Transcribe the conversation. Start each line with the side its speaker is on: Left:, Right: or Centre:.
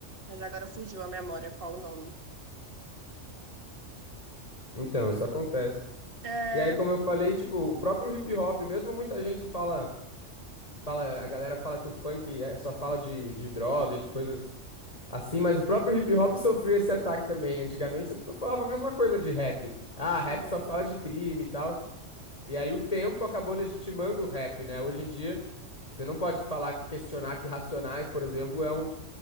Right: Mas agora fugiu a memória qual o nome.
Left: Então, isso acontece.
Right: É,
Left: E aí, como eu falei, tipo, o próprio hip hop, mesmo muita gente fala. Fala, a galera fala que o funk é- só fala de, de droga, de coisas assim, mas o próprio hip hop sofreu esse ataque também. Antigamente as pessoas falavam a mesma coisa de rap. Ah, rap
Right: hum,
Left: só fala de crime e tal. E aí o tempo acabou legitimando o rap, né? Hoje em dia, você não pode falar que questionar que Racionais, por exemplo, é um,